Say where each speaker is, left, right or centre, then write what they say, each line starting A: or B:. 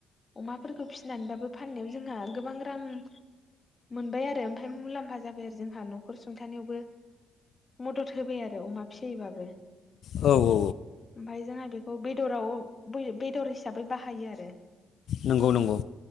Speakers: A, on the left; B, on the left.
A: अमाफोरखौ फिनानैबाबो फाननायाव जोंहा गोबां रां <inaudible> मोनबाय आरो ओमफ्राय मुलाम्फा जाबाय आरो जोंहा न'खर सुंथानायावबो मदद होबाय आरो अमा फियैबाबो
B: औ औ
A: ओमफाय जोंहा बे बेदराव बेदर हिसाबै बाहायो आरो
B: नंगौ नंगौ